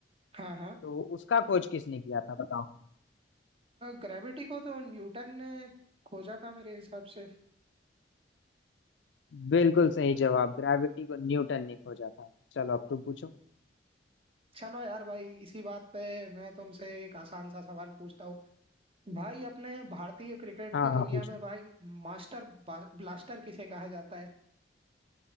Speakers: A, on the right; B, on the left.
A: हाँ हाँ
B: तो उसका खोज किसने किया था बताओ
A: ग्रेविटी को तो न्यूटन ने खोजा था मेरे हिसाब से
B: बिल्कुल सही जवाब ग्रेविटी को न्यूटन ने खोजा था चलो अब तुम पूछो
A: चलो यार भाई इसी बात पे मैं तुमसे एक आसान सा सवाल पूछता हूँ भाई अपने भारतीय क्रिकेट
B: हाँ
A: की दुनिया
B: हाँ पूछो
A: में भाई मास्टर बा- ब्लास्टर किसे कहा जाता है